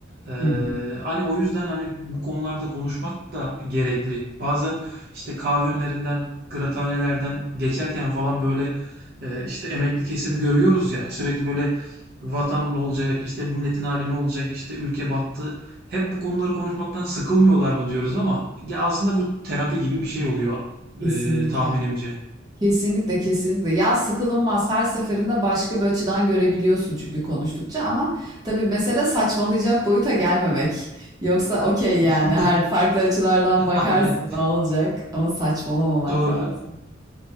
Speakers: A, on the right (about 50°); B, on the right (about 20°).
A: Eee,
B: Hı hı.
A: hani o yüzden hani bu konularda konuşmak da gerekli. Bazen işte kahve önlerinden, kıraathanelerden geçerken falan böyle eee, işte emekli kesimi görüyoruz ya sürekli böyle vatan ne olacak, işte bu milletin hali ne olacak, işte ülke battı hep bu konuları konuşmaktan sıkılmıyorlar mı diyoruz ama ya aslında bu terapi gibi bir şey oluyor
B: Kesinlikle.
A: e, tahminimce.
B: Kesinlikle, kesinlikle. Ya sıkılınmaz. Her seferinde başka bir açıdan görebiliyorsun çünkü konuştukça ama tabii mesele saçmalayacak boyuta gelmemek. <laughs> Yoksa okey
A: <laughs>
B: yani her farklı açılardan bakarsın
A: Aynen.
B: ne olacak ama saçmalamamak
A: Doğru.
B: lazım.